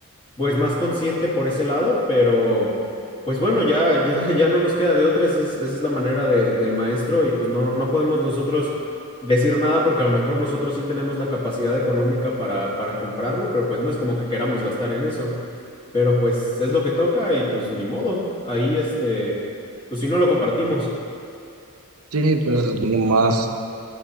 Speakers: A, on the left; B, on the right.
A: pues más consciente por ese lado, pero pues bueno, ya, ya, <laughs> ya no nos queda de otra. Esa es, esa es la manera de- del maestro y pues no, no podemos nosotros decir nada porque a lo mejor nosotros sí tenemos la capacidad económica para, para comprarlo, pero pues no es como que queramos gastar en eso. Pero pues es lo que toca y pues ni modo. Ahí este, pues si no lo compartimos.
B: Sí, pues lo más,